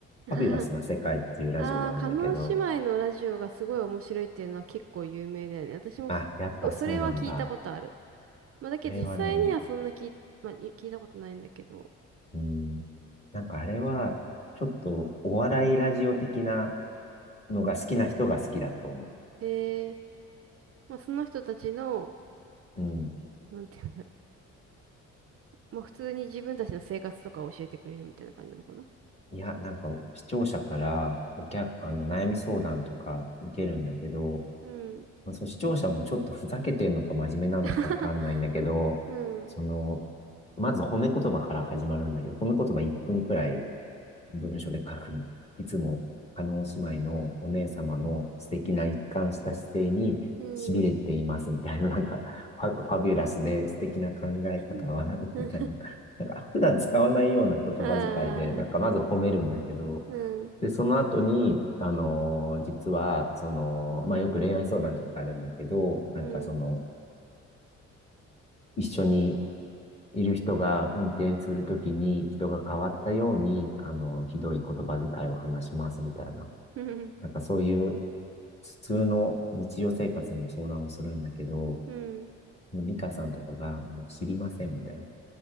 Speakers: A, on the right (about 50°); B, on the left (about 20°).
A: <laughs>
B: ファビュラスな世界っていうラジオがあるんだけど、
A: ああ、叶姉妹のラジオがすごい面白いっていうのは結構有名だよね。私も
B: あ、やっぱそうなんだ。
A: そ、それは聞いたことある。まあ、だけど実際にはそんな聞い、
B: あれはね、
A: まあ、い聞いたことないんだけど。
B: うん。なんかあれは、ちょっとお笑いラジオ的なのが好きな人が好きだと思
A: ええ、まあ、その人たちの、
B: う。うん。
A: なんていうんだろう。まあ、普通に自分たちの生活とかを教えてくれるみたいな感じなのかな。
B: いや、なんか視聴者からお客、あの、悩み相談とか受けるんだけど、
A: うん。
B: まあ、そう、視聴者もちょっとふざけてるのか真面目なのかわかんないんだけど、
A: <laughs> うん。
B: その、まず褒め言葉から始まるんだけど、褒め言葉1分くらい文章で書くの。いつも、叶姉妹のお姉様の素敵な一貫した姿勢に痺れていますみたいな、
A: うん。
B: なんか、ファ、ファビュラスで素敵な考え方は、
A: <laughs>
B: <laughs>
A: うん。
B: みたいな。なんか、普段使わないような言葉遣いで、
A: ああ、
B: なんか、まず褒めるんだけど、
A: うん。
B: で、その後に、あのー実は、その、まあ、よく恋愛相談とかあるんだけど、なんかその、
A: うん。
B: 一緒にいる人が運転するときに人が変わったように、あの、ひどい言葉遣いを話しますみたいな。
A: うん。
B: なんかそういう普通の日常生活の相談をするんだけど、
A: うん。
B: もうミカさんとかがもう知りませんみたいな。